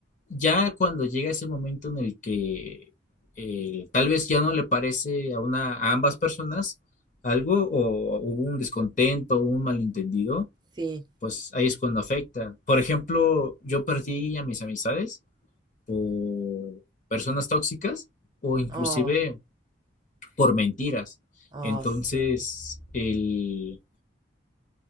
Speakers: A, on the left (about 40°); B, on the right (about 25°).
A: ya cuando llega ese momento en el que eh, tal vez ya no le parece a una, a ambas personas algo o hubo un descontento, un malentendido,
B: sí.
A: pues ahí es cuando afecta. Por ejemplo, yo perdí a mis amistades por personas tóxicas o inclusive
B: Oh,
A: por mentiras.
B: oh,
A: Entonces,
B: sí.
A: el...